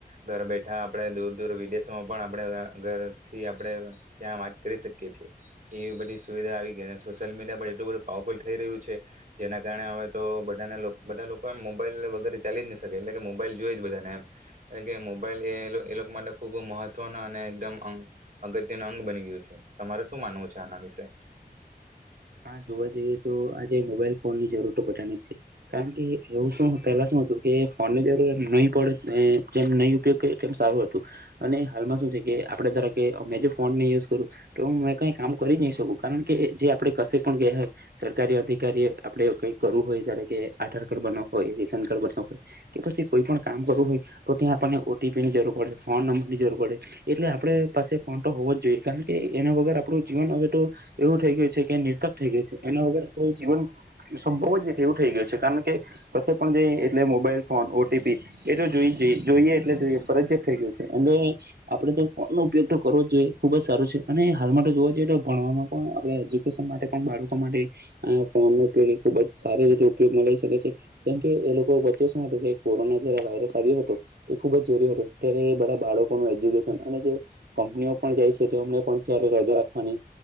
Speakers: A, on the right (about 55°); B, on the right (about 75°).
A: ઘર બેઠા આપણે દૂર દૂર વિદેશોમાં પણ આપણે ઘરથી આપણે ત્યાં વાત કરી શકીએ છીએ. તે બધી સુવિધા આવી ગઈ સોશિયલ મીડિયા પણ એટલું બધું પાવરફુલ થઈ રહ્યું છે. જેના કારણે હવે તો બધાને બધા લોકો એમ મોબાઈલ વગેરે ચાલી જ નહી શકે એટલે કે મોબાઈલ જોય જ બધાને એમ કારણ કે મોબાઈલ એ એ લોકો માટે ખુબ મહત્વનો અને એકદમ અ અગત્ય ન અંગ બની ગયું છે. તમારે શું માનવું છે આના વિશે.
B: હા જોવા જઈએ તો આજે મોબાઈલ ફોન ની જરૂર તો બધાનેજ છે કારણ કે એવું શું પહેલા શું હતું કે ફોનની જરૂર નહી પડે જેમ નહી ઉપયોગ કરીએ તેમ સારું હતું અને હાલમાં શું છે કે આપડ ધાર કે મેં જો ફોનને યુઝ કરું તો હું મે કઈ કામ કરી નહી શકું કારણ કે જે આપણે કસે પણ ગે હય સરકારી અધિકારી એ આપડે કઈક કરવું હોય ધાર કે આધાર કાર્ડ બનાવો હોય રેશન કાર્ડ બનાવું હોય કે પછી કોઈ પણ કામ કરવું હોય તો ત્યાં આપણને ઓટીપી ની જરૂર પડે ફોન નંબર ની જરૂર પડે એટલે આપડ પાસે ફોન તો હોવો જ જોઈએ કારણ કે એના વગર આપડું જીવન હવે તો એવું થઈ ગયું <inaudible> નિર્થક થઈ ગયું છે એના વગર આપણું જીવન સંભવ જ નથી એવું થઈ ગયું છે કારણ કે કશે પણ જઈ એટલે મોબાઈલ ફોન ઓટીપી એ તો જોઈ જોઈએ એટલે જોઈએ ફરજિયાત થઈ ગયું છે અને આપણેે તો ફોન નો ઉપયોગ તો કરવો જ જોઈએ ખુબ જ સારો છે અને હાલ માટે જોવા જઈએ તો ભણવામાં પણ આપણે એજ્યુ ભવિષ્ય માટે બાળકો માટે આ ફોન ઉપયોગ ખુબ જ સારી રીતે ઉપયોગમાં લઈ શકે છે કેમ કે એ લોકો વચ્ચે શું હતું કે કોરોના જયારે વાયરસ આવ્યો હતો એ ખુબ ઝેરી હતો ત્યારે એ બધા બાળકોનું એજ્યુકેશન અને જે કંપનીઓ પણ જાય છે તેમને પણ ક્યારે રજા રાખવાની